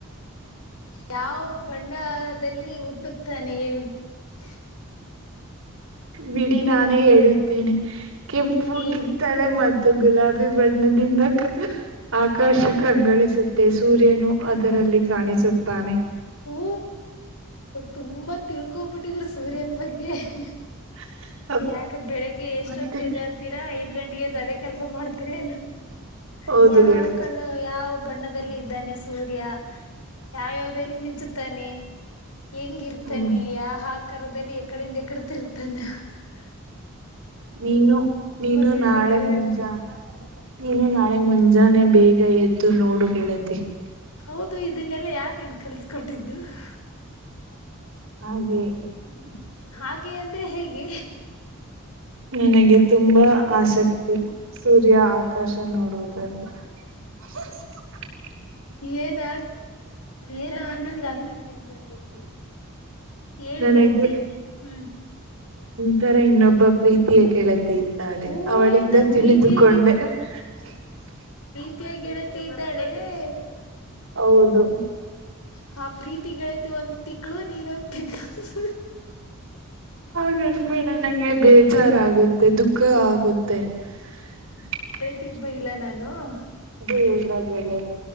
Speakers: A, on the left; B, on the right.
A: ಯಾವ ಬಣ್ಣದಲ್ಲಿ ಹುಟ್ಟುತ್ತಾನೆ ಹೇಳು? <unintelligible>
B: ಬಿಡಿ ನಾನೇ ಹೇಳುತ್ತೇನೆ ಕೆಂಪು
A: ಹೇಳಿ
B: ಕಿತ್ತಳೆ ಮಧ್ಯ <unintelligible> ತ್ತು ಗುಲಾಬಿ ಬಣ್ಣದಿಂದ ಕ ಆಕಾಶ ಕಂಗಳಿಸುತಿತ್ತು. <unintelligible> ಮತ್ತೆ ಸೂರ್ಯನು ಅದರಲ್ಲಿ ಕಾಣಿಸುತ್ತಾನೆ. <unintelligible>
A: ಹೂ ತುಂಬಾ ತಿಳ್ಕೊಬಿಟ್ಟಿದ್ರ ಸೂರ್ಯನ ಬಗ್ಗೆ. <unintelligible>
B: <unintelligible>
A: ಯಾಕ ಬೆಳಿಗ್ಗೆ ಎಷ್ಟೊತ್ತ
B: ಮತ್ತೆ
A: ಎದಯಲ್ತೀರಾ ಐದ್ ಗಂಟೆಗೆ ಎದ್ದ ಅದೇ ಕೆಲ್ಸ ಮಾಡ್ತೀರ ಏನ? <unintelligible>
B: ಹೌದು
A: ಯಾವ
B: ಗೆಳತಿ
A: ಕಲ ಯಾ <unintelligible> ಯಾವ ಬಣ್ಣದಲ್ಲಿ ಇದ್ದಾನೆ ಸೂರ್ಯ ಯಾವ ಯಾವದಲ್ಲಿ ಮಿಂಚುತ್ತಾನೆ. <unintelligible> ಹೆಂಗ ಇರ್ತಾನೆ
B: ಹ್ಮ್
A: ಯಾ ಹಾ ಆಕಾರರದಲ್ಲಿ ಎಕಡಿಂದ ಎಕಡಿ ತೀರ್ಗಾನ, <unintelligible>
B: ನೀನು ನೀನು
A: ತಿಳ್ಕೊಂಡಿದಾರ
B: ನಾಳೆ ಮುಂಜಾ
A: ಬಿಡಿ
B: ನೀನು ನಾಳೆ ಮುಂಜಾನೆ. <unintelligible> ಬೇಗ ಎದ್ದು ನೋಡು ಗೆಳತಿ. <unintelligible>
A: ಹೌದು ಇದನ್ನೆಲ್ಲಾ ಯಾರ್ ನೀನಗ ಕಲ್ಸ್ಕೊಟ್ಟಿದ್ದು. <unintelligible>
B: ಹಾಗೆ? <unintelligible>
A: ಹಾಗೆ ಅಂದ್ರೆ ಹೇಗೆ? <unintelligible>
B: ನನಗೆ ತುಂಬಾ ಆಸೆ. <unintelligible> ತಿರುಗು ಸೂರ್ಯ ಆಕಾಶ ನೋಡುವುದರಲ್ಲಿ, <unintelligible>
A: ಏನ್ ಏನ್ ಅನುದರಲಿಲ್ <inaudible> <unintelligible> <inaudible> ಹೇಳು
B: ನನಗೆ
A: ಗೆಳತಿ ಹೂ <unintelligible>
B: ಈತರ ಇನ್ನೊಬ್ಬ ಪ್ರೀತಿಯ ಗೆಳತಿ. <unintelligible> ತಾಳೆ
A: ಓ
B: ಅವಳಿಂದ
A: ನಿನ್ನ
B: ತಿಳಿದುಕೊಂಡೇ,
A: ಪ್ರೀತಿಯ
B: <unintelligible>
A: <unintelligible> ತೆ ಗೆಳತ ಇದ್ದಾಳೆ? <inaudible>
B: ಹೌದು? <unintelligible>
A: ಹಾ ಪ್ರೀತಿ ಗೆಳತಿ ಒಂದ್ ತಿಕ್ಳ ನೀನೊಂದ ತಿಕ್ಳ
B: ಹಾಗ ಅನ್ಬೇಡ ನಂಗ ಬೇಜಾರು ರಾ ಆಗುತ್ತೆ ದುಃಖ ಆಗುತ್ತೆ. <unintelligible>
A: ತಿಗ್ಬ ಇಲ್ಲ ನಾನು? <unintelligible>
B: ಏ ಏನಾದ್ರೂ ಹೇಳೇ? <unintelligible>